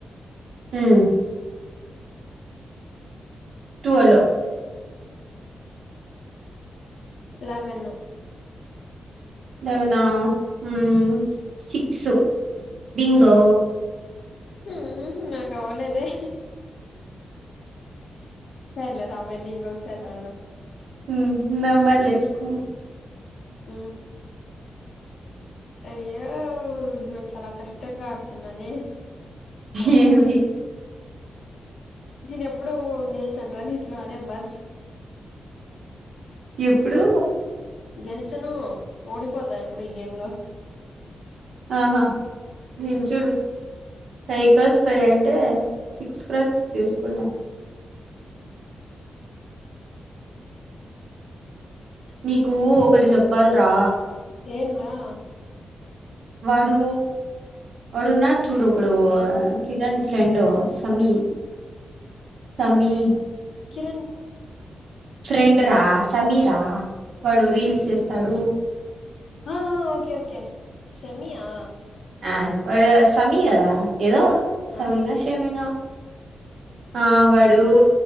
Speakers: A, on the right (about 70°); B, on the left (about 65°).
A: ఉ ట్వెల్వ్
B: లెవెన్
A: లెవెనా ఉ సిక్స్ బింగో
B: హు నాగ్ అవ్వలేదే సర్లే రా వెళ్ళి ఇంకొకసారి ఆడదాం
A: ఉ నంబర్లు ఎస్కో
B: ఉ అయ్యో నెను చాలా కష్టంగా ఆడుతున్నానే అవును
A: ఏమి
B: నేను ఎప్పుడు గెలిచాను రా దీంట్లో అదే బాధ
A: ఎప్పుడు
B: గెల్చను ఓడిపోతా ఎప్పుడు ఈ గేమ్ లో
A: ఆహా భించూడు ఫైవ్ క్రాస్ ఫైవ్ అంటే సిక్స్ క్రాస్ సిక్స్ ఎసుకున్నా నీకు ఒకటి చెప్పాల్రా
B: ఏంట్రా
A: వాడూ వాడు ఉన్నాడు చూడు ఒకడు
B: ఆ
A: కి రన్ ఫ్రెండ్ సమీ సమీ
B: కిరణ్
A: ఫ్రెండ్ రా సమీరా వాడు రీల్స్ చేస్తాడు
B: ఆ ఓకే ఓకే షెమి ఆ
A: ఆ ఓరి సమీ కదా ఏదో
B: ఆ
A: సమీనో షెమీనో ఆ వాడు